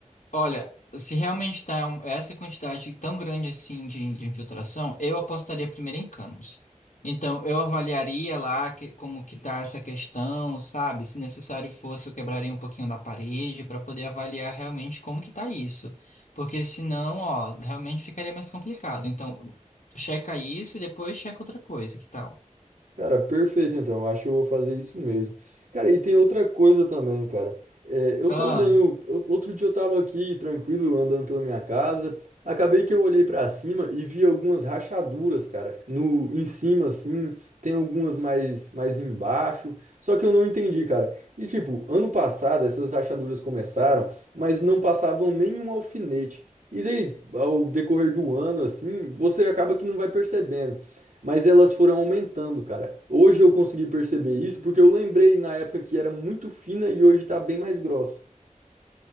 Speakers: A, on the left; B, on the right.
A: Olha, se realmente tá um- essa quantidade tão grande assim de, de infiltração, eu apostaria primeiro em canos. Então, eu avaliaria lá que- como que tá essa questão, sabe? Se necessário fosse, eu quebraria um pouquinho da parede para poder avaliar realmente como que tá isso. Porque senão, ó, realmente ficaria mais complicado. Então, checa isso e depois checa outra coisa, que tal?
B: Cara, perfeito então. Eu Acho que eu vou fazer isso mesmo. Cara, e tem outra coisa também, cara. É, eu
A: Ah.
B: tô olhando. eu- outro dia eu tava aqui tranquilo, andando pela minha casa. Acabei que eu olhei pra cima e vi algumas rachaduras, cara. No, em cima, assim, tem algumas mais, mais embaixo. Só que eu não entendi, cara. E tipo, ano passado essas rachaduras começaram, mas não passavam nenhum alfinete. E daí, ao decorrer do ano, assim, você acaba que não vai percebendo. Mas elas foram aumentando, cara. Hoje eu consegui perceber isso porque eu lembrei na época que era muito fina e hoje tá bem mais grossa.